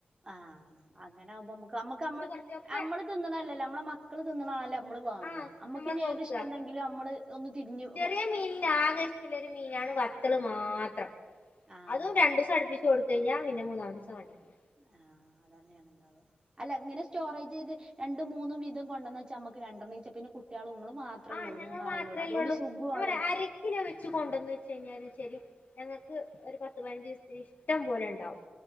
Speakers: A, on the right; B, on the left.
A: ആഹ് അങ്ങനാവുമ്പ അമ്മ്ക്ക് അമ്മ്ക്ക് അമ്മള്
B: കൊറച്ചൊക്കെ
A: അമ്മ്ള് തിന്നണ അല്ലല്ല അമ്മ്ള് മക്കള് തിന്നണാല്ല നമ്മള് വാങ്ങാ
B: ആഹ്
A: അമ്മ്ക്ക്
B: നമ്മള്
A: ഇനി
B: നോക്കുക
A: ഏത് ഇഷ്ടുണ്ടെങ്കിലും അമ്മ്ള് ഒന്ന് തിരിഞ്ഞു
B: ചെറിയ മീനിൽ ആകെ ഇഷ്ട്ടിള്ളൊരു മീനാണ് വത്തള് മാത്രം
A: ആഹ്
B: അതും രണ്ടൂസം അടുപ്പി ച്ചു കൊടുത്ത് കഴിഞ്ഞാ പിന്നെ മൂന്നാം ദിവസം ആളിണ്ടാവൂല്ല
A: ആഹ് അതെന്നേണ് ഇണ്ടാവാ അല്ല ഇങ്ങനെ സ്റ്റോറേജെയ്ത് രണ്ടും മൂന്നും വീതം കൊണ്ടന്ന് വെച്ചാ നമ്മുക്ക് രണ്ടണ്ണിച്ചെ പിന്നെ കുട്ടികളും ഇങ്ങളും മാ ത്രല്ലെ
B: ആഹ്
A: ഒള്ളു
B: ഞങ്ങൾ
A: മൂന്നാളല്ലേ
B: മാത്രല്ലേ
A: ഒള്ളൂ അതൊണ്ട്
B: ഉള്ളൂ
A: സുഖോവാണ്
B: ഞാൻ <unintelligible> വെച്ച് കൊണ്ടന്ന് വെച്ച് കഴിഞ്ഞാലും ശരി ഞങ്ങക്ക് ഒരു പത്ത് പതിനഞ്ച് ദിവസത്തി ഇഷ്ടം പോലെ എണ്ടാവും